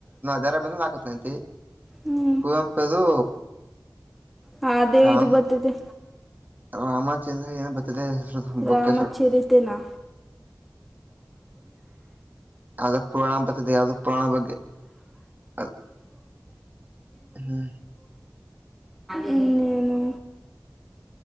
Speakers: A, on the right; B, in the centre.
A: ದ ರಾ ಬೇಂದ್ರೆ ನಾಕುತಂತಿ
B: ಹ್ಞೂ
A: ಕುವೆಂಪುದು.
B: ಹ ಅದೇ
A: ರಾಮ
B: ಇದು ಬರ್ತೈತೆ.
A: ರಾಮಚಂದ್ರ ಏನ್ ಬರ್ತದೆ ಹೆಸರು
B: ರಾಮಾ
A: ಬುಕ್ ಹೆಸರು
B: ಚರಿತೆನಾ.
A: ಆಗ ಪುರಾಣ ಬತ್ತದೆ ಯಾವ್ದೋ ಪುರಾಣ ಬಗ್ಗೆ ಅದ. ಹ್ಮ್
B: ಇನ್ನೇನು.